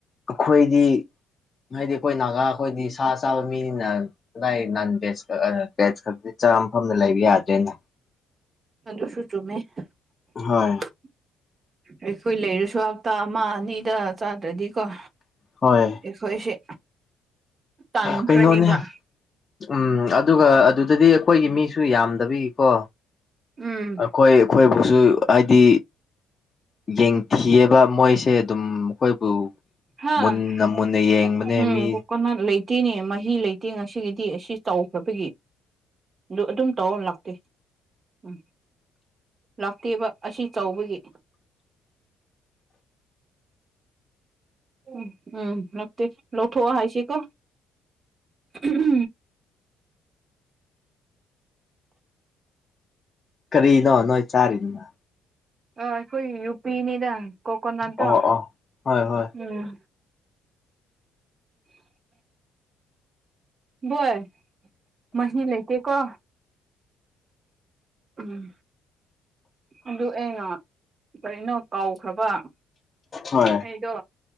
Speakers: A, on the left; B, on the right.
A: ꯑꯩꯈꯣꯏꯗꯤ ꯍꯥꯏꯗꯤ ꯑꯩꯈꯣꯏ ꯅꯥꯒꯥ ꯑꯩꯈꯣꯏꯗꯤ ꯁꯥ ꯆꯥꯕ ꯃꯤꯅꯤꯅ <unintelligible> ꯅꯟ ꯚꯦꯖꯛ ꯚꯦꯖ ꯈꯛꯇꯤ ꯆꯥꯝ ꯃꯐꯝꯗ ꯂꯩꯕ ꯌꯥꯗ꯭ꯔꯦꯅ
B: ꯗꯄꯁꯨ ꯆꯨꯝꯃꯦ <unintelligible>
A: ꯍꯣꯏ
B: ꯑꯩꯈꯣꯏ ꯂꯩꯔꯁꯨ ꯍꯞꯇꯥ ꯑꯃ ꯑꯅꯤꯗ ꯆꯥꯗ꯭ꯔꯗꯤꯀꯣ
A: ꯍꯣꯏ
B: ꯑꯩꯈꯣꯏꯁꯦ ꯇꯥꯟꯈ꯭ꯔꯅꯤꯕ
A: ꯀꯩꯅꯣꯅꯦ ꯎꯝ ꯑꯗꯨꯒ ꯑꯗꯨꯗꯗꯤ ꯑꯩꯈꯣꯏꯒꯤ ꯃꯤꯁꯨ ꯌꯥꯝꯗꯕꯩꯀꯣ
B: ꯎꯝ
A: ꯑꯩꯈꯣꯏ ꯑꯩꯈꯣꯏꯕꯨꯁꯨ ꯍꯥꯏꯗꯤ ꯌꯦꯡꯊꯤꯑꯦꯕ ꯃꯣꯏꯁꯦ ꯑꯗꯨꯝ ꯑꯩꯈꯣꯏꯕꯨ
B: ꯍꯥ
A: ꯃꯨꯟꯅ
B: <unintelligible>
A: ꯃꯨꯟꯅ ꯌꯦꯡꯕꯅꯦ ꯃꯤ
B: ꯀꯣꯅꯥ ꯂꯩꯇꯦꯅꯦ ꯃꯍꯤ ꯂꯩꯇꯦ ꯉꯁꯤꯒꯤꯗꯤ ꯑꯁꯤ ꯇꯧꯈ꯭ꯔꯕꯒꯤ ꯑꯗꯨ ꯑꯗꯨꯝ ꯇꯧꯔ ꯂꯥꯛꯇꯦ ꯎꯝ ꯂꯥꯛꯇꯦꯕ ꯑꯁꯤ ꯆꯥꯎꯕꯒꯤ ꯎꯝ ꯎꯝ ꯂꯥꯛꯇꯦ ꯂꯧꯊꯣꯛꯑꯣ ꯍꯥꯏꯁꯤꯀꯣ ꯎꯝ
A: ꯀꯔꯤꯅꯣ ꯅꯣꯏ ꯆꯥꯔꯤ ꯗꯨꯅ
B: ꯑ ꯑꯩꯈꯣꯏ ꯌꯨ ꯄꯤꯅꯤꯗ ꯀꯣꯀꯣꯅꯠꯇꯣ
A: ꯑꯣ ꯑꯣ ꯍꯣꯏ ꯍꯣꯏ
B: ꯎꯝ <unintelligible> <inaudible> ꯚꯣꯏ ꯃꯍꯤ ꯂꯩꯇꯦꯀꯣ ꯎꯝ ꯑꯗꯨ ꯑꯩꯅ ꯀꯔꯤꯅꯣ ꯀꯥꯎꯈ꯭ꯔꯕ
A: ꯍꯣꯏ
B: ꯑꯩꯗꯣ